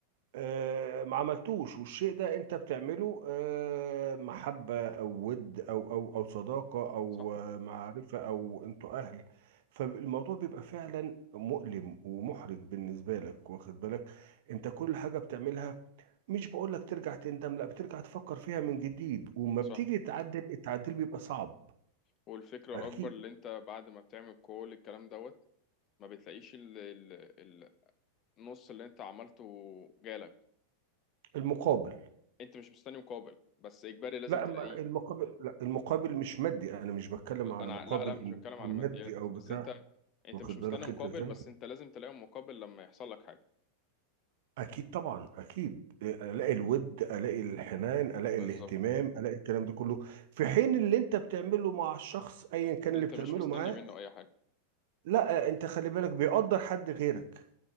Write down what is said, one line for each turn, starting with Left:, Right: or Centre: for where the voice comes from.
Right: آه، ما عملتوش والشيء ده انت بتعمله آه، محبة او ود او او او صداقة او
Left: صح
Right: آه، معرفة او انتوا اهل فالموضوع بيبقى فعلا مؤلم ومحرج بالنسبة لك واخد بالك انت كل حاجة بتعملها مش بقول لك ترجع تندم لا بترجع تفكر فيها من جديد وما
Left: صح
Right: بتيجي تعدل التعديل بيبقى صعب
Left: والفكره
Right: اكيد
Left: الاكبر اللي انت بعد ما بتعمل كل الكلام دوت ما بتلاقيش ال... ال... النص اللي انت عملته جالك
Right: المقابل
Left: انت مش مستني مقابل بس اجباري لازم
Right: لا
Left: تلاقيه
Right: أما المقابل لا المقابل مش مادي انا مش بتكلم على
Left: انا
Right: مقابل
Left: لا لا مش
Right: انه
Left: بتكلم
Right: يكون
Left: على ماديات
Right: مادي او
Left: بس
Right: بتاع
Left: انت انت
Right: واخد
Left: مش مستني
Right: بالك
Left: مقابل
Right: انت ازاي
Left: بس انت لازم تلاقي مقابل لما يحصل لك حاجه
Right: اكيد طبعا اكيد الاقي الود الاقي الحنان الاقي
Left: بالظبط
Right: الاهتمام الاقي الكلام ده كله في حين اللي انت بتعمله مع الشخص ايا كان
Left: انت
Right: اللي بتعمله
Left: مش مستني
Right: معاه
Left: منه اي حاجه
Right: لا انت خلي بالك بيقدر حد غيرك